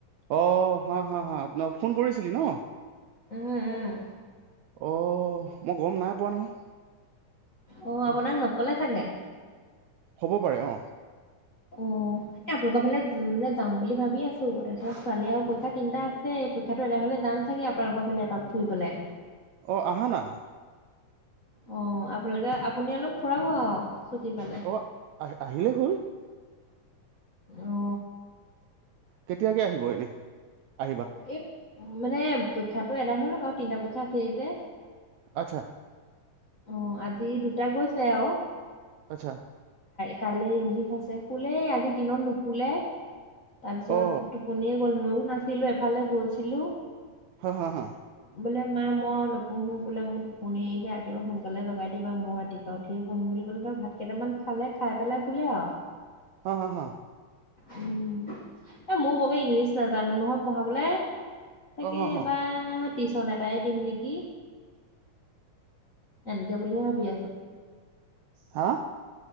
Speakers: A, on the right (about 80°); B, on the left (about 50°).
A: অ হা হা হা ফোন কৰিছিলি ন
B: উম উম
A: অ অ মই গম নাই পোৱা নহয়
B: অ আপোনাক নকলে চাগে
A: হ'ব পাৰে অ
B: অ এ আপোনালোকৰ ফালে যাম বুলি ভাবি আছো তাৰপিছত ছোৱালী অ পইক্ষা তিনটা আছে পইক্ষাটো এটা হলে যাম চাগে আপোনালোকৰ ফালে এপাক ফুৰিবলে
A: অঁ আহা না
B: অঁ আপোনা লোকে আপুনি অলপ ফুৰাব আৰু। ছুটি পালে।
A: অ আহিলেই হ'ল।
B: অ
A: কেতিয়াকে আহিব এনেই? আহিবা।
B: এই মানে পৰীক্ষাটো এদাই হৈ লওঁক আৰু তিনিটা পৰীক্ষা আছেই যে।
A: আচ্ছা।
B: অঁহ আজি দুটা গৈছে আৰু।
A: আচ্ছা।
B: কাইলৈ ইংলিছ আছে। শুলেই আজি দিনত নুশুলে তাৰপিছত
A: অ
B: টোপনি- গ'ল। মইয়ো নাছিলো এফালে গৈছিলো।
A: হাঁ হাঁ হাঁ।
B: বোলে মা মই নপোহোঁ বোলে মোৰ টোপনি আহিছে। ৰাতিপুৱা সোনকালে জগাই দিবা মই ৰাতিপুৱা উঠিয়ে পহিম বুলি ক'লে। ত' ভাত কেইটামান- খালে খাই পেলাই শুলে আৰু।
A: হাঁ হাঁ হাঁ।
B: উম' এ' মইও বৰকে ইংলিছ নাজানো নহয় পঢ়াবলে। তাকে
A: অ হা হা
B: এইবাৰ টিউচন এটাই দিম নেকি। এনেকে বুলিয়ে ভাবি আছো।
A: হাআ